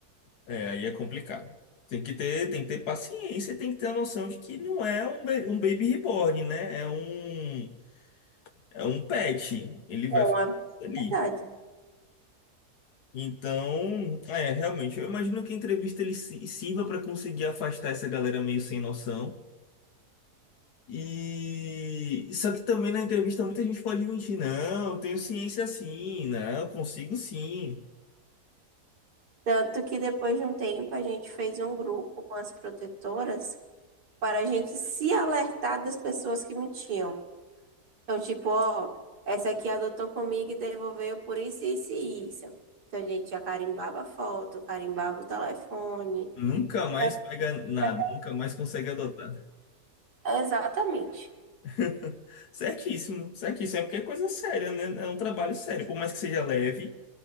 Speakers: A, on the left; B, on the right.
A: É, aí é complicado. Tem que ter, tem que ter paciência, e tem que ter a noção de que não é um, ba- um baby reborn, né? É um É um pet, ele vai
B: É uma
A: fazer aquilo ali.
B: verdade.
A: Então, é, realmente, eu imagino que a entrevista ele si- sirva para conseguir afastar essa galera meio sem noção. E só que também na entrevista muita gente pode mentir, não, eu tenho ciência sim, não, eu consigo sim.
B: Tanto que depois de um tempo a gente fez um grupo com as protetoras para a gente se alertar das pessoas que mentiam. Então, tipo, ó, essa aqui adotou comigo e devolveu por isso, isso e isso. Então, a gente já carimbava a foto, carimbava o telefone.
A: Nunca mais
B: Pra ver
A: pega nada,
B: até-
A: nunca mais consegue adotar.
B: Exatamente.
A: <laughs> Certíssimo, certíssimo. É porque é coisa séria, né? É um trabalho sério. Por mais que seja leve,